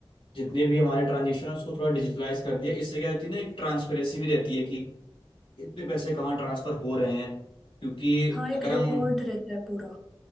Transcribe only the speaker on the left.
जितने भी हमारे ट्रांजेक्शन है उसको थोड़ा डिजिटलाइज कर दिया इससे क्या रहती है ना एक ट्रांसपेरेंसी भी रहती है कि इतने पैसे कहाँ ट्रांसफर हो रहे हैं क्योंकि
अगर हम